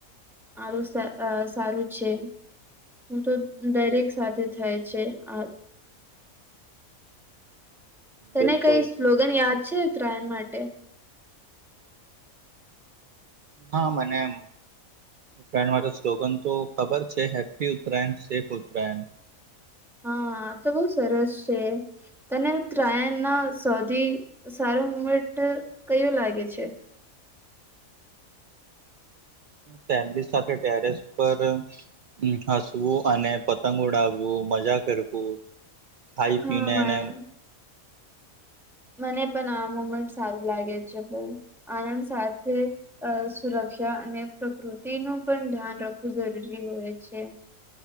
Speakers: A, in the centre; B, on the right.
A: આ વિશે સારું છે. હું તો દરેક સાથે થાય છે આ. તને
B: બિલકુલ
A: કઈ સ્લોગન યાદ છે ઉતરાયણ માટે?
B: હા મને એમ ત્રણ વાગે સ્લોગન તો ખબર છે હેપી ઉત્તરાયણ સેફ ઉત્તરાયણ
A: હા આતો બહુ સરસ છે તને ઉ તરાયણ ના સૌથી સારો મુમેન્ટ કયુ લાગે છે
B: ફેમલી સાથે ટેરેસ પર ને હસવું અને પતંગ ઉડાવવું મજા કરવું ખાઈ
A: હા
B: પી ને
A: મ-
B: એને
A: મને પણ આ મુમેન્ટ સારું લાગે છે પણ આનંદ સાથે અ સુરક્ષા અને પ્રકૃતિનું પણ ધ્યાન રાખવું જરૂરી હોય છે.